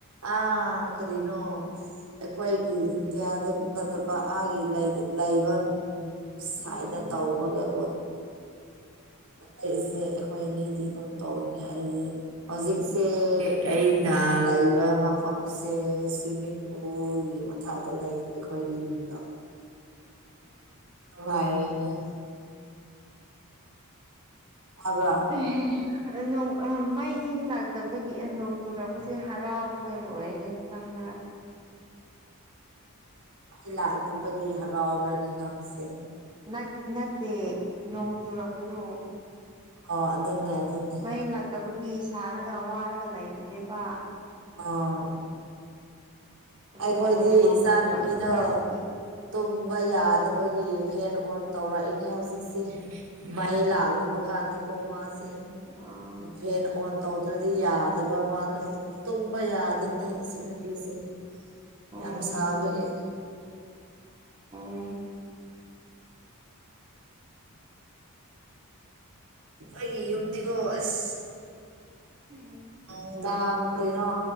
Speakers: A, on the right; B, on the right.
A: ꯑꯥ ꯀꯔꯤꯅꯣ ꯑꯩꯈꯣꯏꯒꯤ ꯏꯟꯗꯤꯌꯥꯗ ꯅꯠꯇꯕ ꯑꯥꯒꯤ ꯂꯩ ꯂꯩꯕ
B: ꯎꯝ
A: ꯁꯥꯏꯗꯒ ꯗ ꯇꯧꯕꯒꯀꯣ ꯑꯩꯈꯣꯏ ꯏꯆꯦ ꯑꯩꯈꯣꯏꯑꯅꯤꯗꯤ ꯑꯗꯨꯝ ꯇꯧꯔꯤꯅꯦ ꯑꯩꯗꯤ ꯍꯧꯖꯤꯛꯁꯦ ꯑꯩꯅ ꯂꯩꯕꯥ ꯃꯐꯝꯁꯦ ꯁ꯭ꯋꯤꯃꯤꯡ <unintelligible> ꯃꯊꯥꯛꯗ ꯂꯩꯕꯅꯤ ꯑꯩꯈꯣꯏꯒꯤ ꯌꯨꯝꯗꯣ
B: ꯎꯝ
A: ꯅꯨꯉꯥꯏꯔꯤ ꯑꯩ ꯇꯕꯔꯥ
B: <unintelligible> ꯅꯣꯡ ꯃꯩ ꯂꯥꯛꯇꯕꯒꯤ ꯅꯣꯡ ꯆꯨꯔꯛꯄꯁꯦ ꯍꯔꯥꯎꯕꯗꯣ ꯂꯣꯏꯔꯦ ꯈꯪꯕ꯭ꯔꯥ
A: ꯑꯩ ꯂꯥꯛꯇꯕꯒꯤ ꯍꯔꯥꯎꯕ꯭ꯔꯅꯦ ꯉꯪꯁꯦ
B: ꯅꯠ ꯅꯠꯇꯦ ꯅꯣꯡ ꯆꯨꯔꯛꯄꯗꯣ
A: ꯑꯣ ꯑꯗꯨꯅꯦ ꯑꯗꯨꯅꯦ
B: ꯃꯩ ꯂꯥꯛꯇꯕꯒꯤ ꯁꯥꯔꯒ ꯋꯥꯔꯒ ꯂꯩꯕꯅꯦꯕ
A: ꯑꯣ
B: ꯑꯗꯣ
A: ꯑꯩꯈꯣꯏꯗꯤ
B: ꯅꯣꯡ
A: ꯏꯆꯥ
B: ꯆꯨꯔꯛꯑꯗꯤ
A: ꯅꯨꯨꯄꯤꯗꯣ
B: ꯈꯔ
A: ꯇꯨꯝ
B: ꯏꯪ
A: ꯇꯨꯝꯕ ꯌꯥꯗꯕꯒꯤ ꯐꯦꯟ ꯑꯣꯟ ꯇꯧꯔꯛꯏꯅꯦ ꯍꯧꯖꯤꯛꯁꯦ ꯃꯩ ꯂꯥꯛꯇꯕ ꯀꯥꯟꯗ ꯑꯣ ꯃꯥꯁꯦ
B: ꯑꯥ
A: ꯐꯦꯟ ꯑꯣꯟ ꯇꯧꯗ꯭ꯔꯗꯤ ꯌꯥꯗꯕ ꯃꯥꯗꯣ ꯇꯨꯝꯕ ꯌꯥꯗꯦꯅꯦ
B: ꯎꯝ
A: ꯑꯁꯤ ꯅꯨꯄꯤꯁꯦ
B: ꯎꯝ
A: ꯌꯥꯝ ꯁꯥꯕꯒꯤ
B: ꯑꯣ
A: ꯑꯩꯒꯤ ꯌꯨꯝꯗꯤꯀꯣ ꯑꯁ
B: ꯎꯝ
A: ꯅꯨꯡꯗꯥꯡ ꯀꯩꯅꯣ